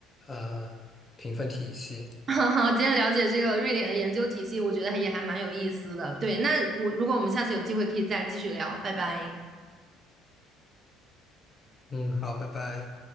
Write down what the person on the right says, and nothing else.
<laughs> 好，今天了解这个瑞典的研究体系，我觉得还也还蛮有意思的。对，那我如果我们下次有机会可以再继续聊，拜拜。